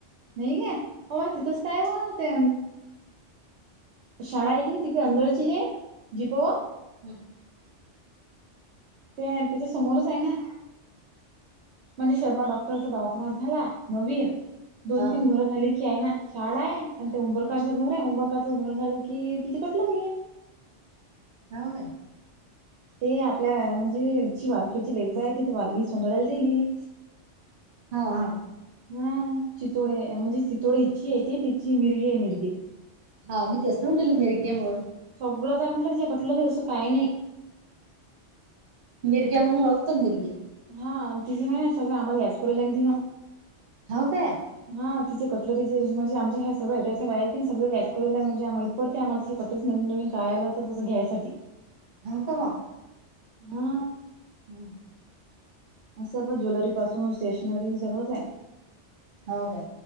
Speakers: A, on the right; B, on the right.
A: नाही गे होबा तिथंच आहे ब ते शाळा. क तिकडे अंळची हे जीपवा.
B: हम्.
A: ते त्याच्या समोरच आहे ना. म्हणजे शर्मा डॉक्टरचा दावाखाना झाला नवीन. दोन
B: हा
A: तीन घरं झाले की आहे ना. शाळा आहे आणि ते उंबरकरचं घर आहे उंबरकारचं घर झालं कि तिची कटलंरी आहे.
B: हो काय.
A: ते आपल्या म्हणजे जची वारखेडची लेखबा आहे तिथ वार ही सोंदाळ्याला दिली.
B: हा हा.
A: ह चितोडे म्हणजे चितोडे हिची आहे त तिची मिरगी आहे मिरगे.
B: हा मी तेचत म्हटल मेरी गेम वर.
A: सगळं काय म्हटलं किच्या कटलं असं काही नाही.
B: मिर्ग्या म्हणून ओळखतो मिर्गी.
A: हा तिझं महि सगळं आम्हाला याच करल आहे तिनं.
B: हो काय.
A: हा तिचे कटलरीचे म्हणजे आमच्या्या सगळेट बाहेर सग ऍड म्हणजे माहित. पडते आम्हाला त कतरीच नवीन नवीन पाळायला तर तसं घ्यायसाठी.
B: हो का.
A: हा.
B: हम्म.
A: सर्व ज्वेलरी पासून स्टेशनरी सर्वच आहे.
B: हो काय